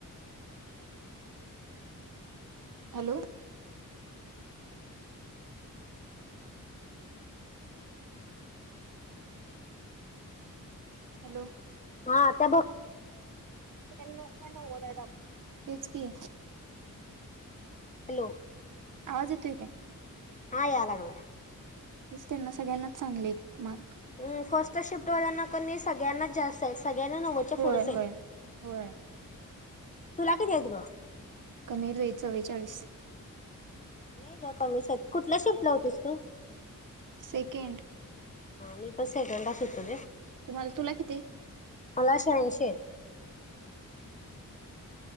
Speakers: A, on the right (about 65°); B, on the left (about 25°).
A: हॅलो हॅलो
B: हा आता बग
A: ते लोकांना नव्वद आहेत अगं. तेच की
B: हॅलो
A: आवाज येतोय काय?
B: आ यालागलाय
A: हेच त्यांना सगळ्यांनाच चांगले आहेत मार्क.
B: हम्म, फर्स्ट शिफ्टवाल्याना कनी नाही सगळ्यांनाच जास्त आहे सगळ्यांना नव्वदच्या
A: होय
B: पुढेच
A: होय
B: आहेत.
A: होय
B: तूला किती येत ग?
A: कमी आहेत बाई चव्वेचाळीस
B: नाही ग कमीच येत कुठल्या शिफ्टला होतीस तू?
A: सेकंड
B: मी पण सेकंडाच होतो.
A: तुम्हाला तुला किती?
B: मला शहाऐंशी आहेत.